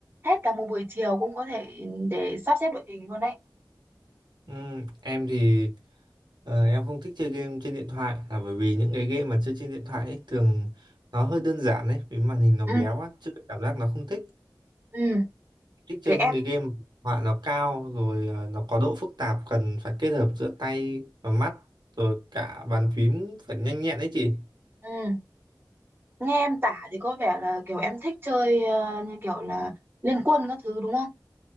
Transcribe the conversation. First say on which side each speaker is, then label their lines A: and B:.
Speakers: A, on the right; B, on the right.
A: hết cả một buổi chiều cũng có thể để sắp xếp đội hình luôn đấy.
B: Ừm, em thì ờ, em không thích chơi game trên điện thoại là bởi vì những cái game mà chơi trên điện thoại ấy, thường nó hơi đơn giản ấy vì màn hình nó
A: Ừ,
B: bé quá chơi cảm giác nó không thích
A: ừ,
B: thích chơi
A: Thế em
B: những cái game mà họa nó cao rồi ờ, nó có độ phức tạp cần phải kết hợp giữa tay và mắt rồi cả bàn phím phải nhanh nhẹn đấy chị
A: ừ. Nghe em tả thì có vẻ là kiểu em thích chơi à, như kiểu là liên quân các thứ đúng không?